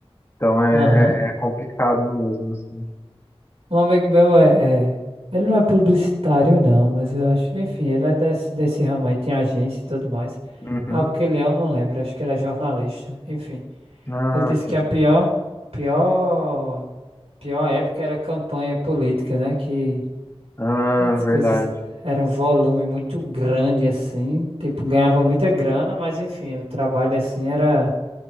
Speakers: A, on the left (about 25°); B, on the right (about 75°).
A: então é,
B: Aham.
A: é, é complicado mesmo, assim.
B: Um amigo meu é, é- Ele não é publicitário, não, mas eu acho. Enfim, ele é desse, desse ramo aí, tem agência e tudo mais.
A: Uhum.
B: Ah, o que ele é, eu não lembro. Acho que ele é jornalista. Enfim.
A: Ah,
B: Ele disse
A: sim.
B: que a pior, pior, pior época era campanha política, né? Que
A: Ah,
B: As
A: verdade.
B: coisas eram um volume muito grande assim, tipo, ganhava muita grana, mas enfim, o trabalho assim era